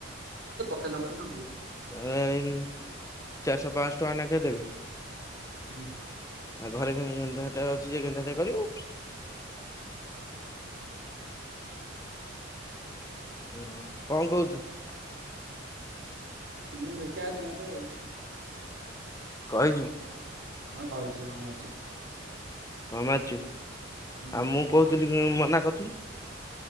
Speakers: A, on the right; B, on the left.
A: ତା ନ‌ ବଲ ନୋବୁ।
B: ଏ ଚାରିଶହ ପାଂଶ ଟଙ୍କା ନାଖେ ଦେବି।
A: ହୁଁ।
B: ଆଉ ଘରେ କଁ ଗେନ୍ଧା ଟା ଅଛି ଯେ ଗେନ୍ଧା ଟେ କରିବୁ। ହଁ କଁ କୋହୁଚୁ?
A: ହୁଁ ଦେଖଆ କିଏ ମତେ ଆଉ।
B: କହିଚୁ।
A: ହଁ କହିଚି ହଁ ମାରିଚି।
B: ହଁ ମାାରିଚୁ
A: ହୁଁ
B: ଆଉ ମୁଁ କୋହୁଥିଲି କି ମନା କଥୁଲୁ।